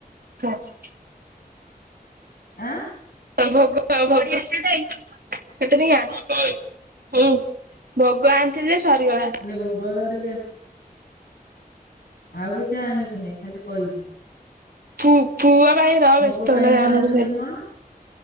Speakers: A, on the right (about 70°); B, on the left (about 65°).
A: <inaudible>
B: ଆଁ।
A: ଭୋଗ <inaudible> କେତେ ଟଙ୍କିଆ ହୁଁ। ଭୋଗ ଆଣିଥିଲି ଯେ ସରିଗଲା।
B: ଖାଲି ଭୋଗ ଧରିକି ଆସିବୁ ଆଉ କିଛି ଆଣିବୁନି ଖାଲି କହିବୁ।
A: ପୁ ପୁଅ ପାଇଁ ର
B: ମୋ
A: ବ୍ୟସ୍ତ
B: ପୁଅ ପାଇଁ
A: ହେଲେ
B: ଏଇଟା
A: ଜାହାଲେ
B: ଆଣିଲୁନି
A: ନେବି
B: କଣ